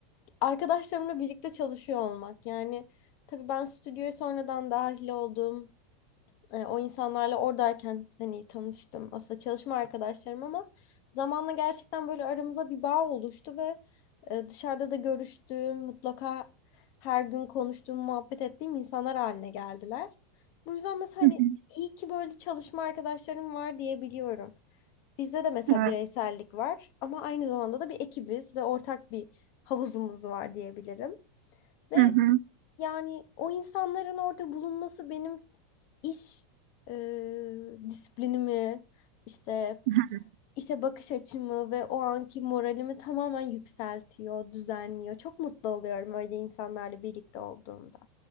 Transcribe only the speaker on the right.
Hı hı.
Evet.
Hı hı.
<laughs>